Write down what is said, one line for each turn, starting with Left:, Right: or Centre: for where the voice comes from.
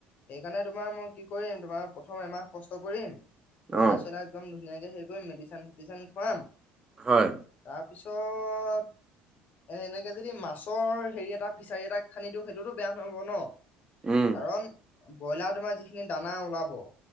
Left: সেইকাৰণে তোমাৰ মই কি কৰিম তোমাৰ প্ৰথম এমাহ কষ্ট কৰিম ব্ৰইলাৰ
Right: অ',
Left: চইলাৰ একদম ধুনীয়াকে হেৰি কৰিম মেডিচিন চেডিচিন খুৱাম
Right: হয়,
Left: তাৰপিছত এ এনেকে যদি মাছৰ হেৰি এটা ফিচাৰী এটা খান্দি দিওঁ সেইটোতো বেয়া নহব ন'?
Right: উম,
Left: কাৰণ ব্ৰইলাৰ তোমাৰ যিখিনি দানা ওলাব